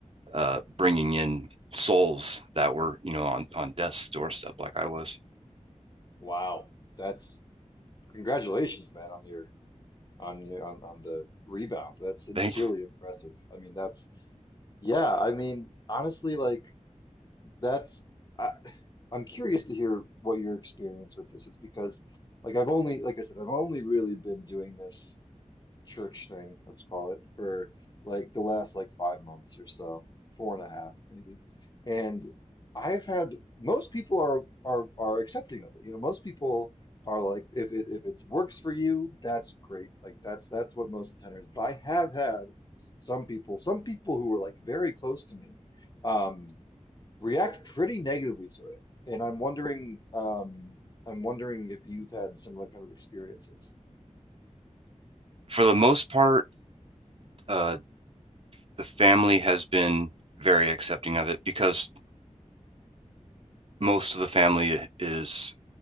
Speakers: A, on the right; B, on the left.
A: uh, bringing in souls that were, you know, on, on death's doorstep, like I was.
B: Wow, that's congratulations, man, on your on you on, on the rebound. That's sincerely
A: They,
B: impressive. I mean, that's yeah, I mean, honestly, like that's I, I'm curious to hear what your experience with this is because like I've only like I said, I've only really been doing this church thing, let's call it, for like the last like five months or so, four and a half maybe. And I've had most people are are are accepting of it. You know, most people are like, if it if it works for you, that's great. Like that's that's what most intenders. But I have had some people, some people who were like very close to me, um, react pretty negatively to it. And I'm wondering, um, I'm wondering if you've had similar kind of experiences.
A: for the most part, uh, the family has been very accepting of it because most of the family is